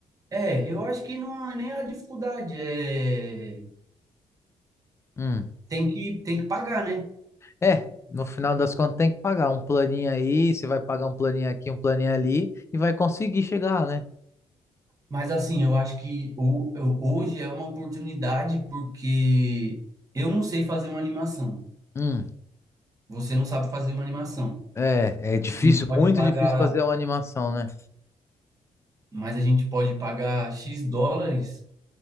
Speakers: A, on the right; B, on the left.
A: É, eu acho que não há nem a dificuldade, é,
B: Hum.
A: tem que, tem que pagar, né?
B: É, no final das contas tem que pagar um planinho aí, você vai pagar um planinho aqui, um planinho ali e vai conseguir chegar, né?
A: Mas assim, eu acho que o, eu- hoje é uma oportunidade porque eu não sei fazer uma animação.
B: Hum,
A: Você não sabe fazer uma animação.
B: é, é
A: A
B: difícil,
A: gente pode
B: muito
A: pagar,
B: difícil fazer uma animação, né?
A: mas a gente pode pagar X dólares